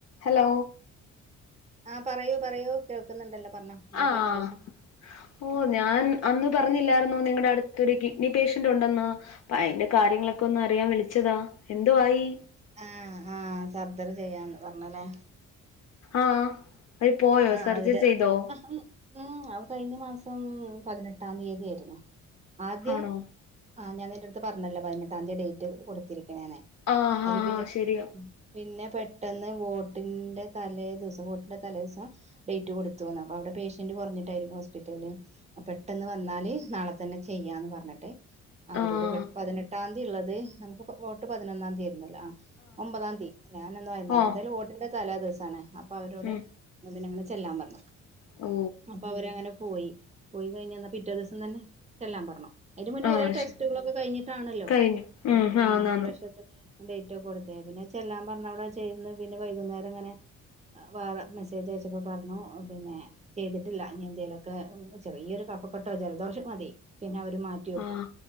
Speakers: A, on the left (about 55°); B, on the right (about 20°).
A: Hello
B: ആഹ് പറയൂ പറയൂ കേൾക്കുന്നുണ്ടല്ലോ പറഞ്ഞോ എന്തൊക്കെയ
A: ആഹ് ആഹ്
B: വിശേഷം
A: ഓഹ് ഞാൻ അന്ന് പറഞ്ഞില്ലായിരുന്നോ നിങ്ങടെ അടുത്തൊരു കിഡ്നി പേഷ്യന്റ് ഉണ്ടെന്ന് അയിന്റെ കാര്യങ്ങളൊക്കെ ഒന്ന് അറിയാൻ വിളിച്ചതാ എന്തുവായി
B: ആഹ് ആഹ് സർജറി ചെയ്യാന്ന് പറഞ്ഞ് അല്ലേ
A: ആഹ് നി പോയോ
B: ആഹ്
A: സർജറി
B: അവര്
A: ചെയ്തോ.
B: ആഹ് ഉം ഉം ആഹ് കഴിഞ്ഞ മാസം പതിനെട്ടാം തീയതി ആയിരുന്നു ആദ്യം.
A: ആണോ
B: ആഹ് ഞാൻ എന്റെ അടുത്ത് പറഞ്ഞല്ലോ പതിനെട്ടാം തിയതി ഡേറ്റ് കൊടുത്തിരിക്കണേന്
A: ആഹ്
B: അതില്
A: ആഹ്
B: പിന്നെ.
A: ആഹ് ശരിയാ
B: പിന്നെ പെട്ടെന്ന് വോട്ടിന്റെ തലേ ദിവസം വോട്ടിന്റെ. തലേ ദിവസം ഡേറ്റ് കൊടുത്തുന്ന് അപ്പൊ അവിടെ പേഷ്യന്റ് കെറഞ്ഞിട്ടായിരിക്കും ഹോസ്പിറ്റലിന്ന് പെട്ടെന്ന് വന്നാല് നാളെ തന്നെ ചെയ്യാന്ന് പറഞ്ഞിട്ട്. അവരോട്
A: ആഹ്
B: പതിനെട്ടാം തീയതി ഒള്ളത് നമുക്ക് വോട്ട് പതിനൊന്നാം തീയതിയിരുന്നല്ലോ ആഹ് ഒമ്പതാതീ ഞാനന്ന് എന്തായാലും
A: ഓഹ്
B: വോട്ടിന്റെ തലേ ദിവസമാണ് അപ്പൊ അവരോട്.
A: ഉം
B: പിന്നെ അങ്ങനെ ചെല്ലാൻ പറഞ്ഞു
A: ഓ
B: അപ്പൊ അവരങ്ങനെ. പോയി പോയി കഴിഞ്ഞ പിന്നെ പിറ്റേ ദിവസം തന്നെ ചെല്ലാൻ പറഞ്ഞു. അതിന് മുന്നേ
A: ആഹ്
B: കൊറെ ടെസ്റ്റുകളൊക്കെ
A: ശരി
B: കഴിഞ്ഞിട്ടാണല്ലോ
A: കഴിഞ്ഞു ഉം
B: ഈ
A: ആന്നാന്ന്
B: ഓപ്റേഷ ഡേറ്റൊക്കെ കൊടുത് പിന്നെ ചെല്ലാൻ പറഞ്ഞ അവിടെ ചെന്ന് പിന്നെ വൈകുന്നേരം ഇങ്ങനെ വേറെ. മെസ്സേജ് അയച്ചപ്പോ പറഞ്ഞു പിന്നെ. ചെയ്തിട്ടില്ല നീ എന്തേലൊക്കെ ചെറിയൊരു കഫക്കെട്ടോ ജലദോഷം മതി പിന്നെ അവര് മാറ്റും. റ്റിവെക്കും
A: ആഹ്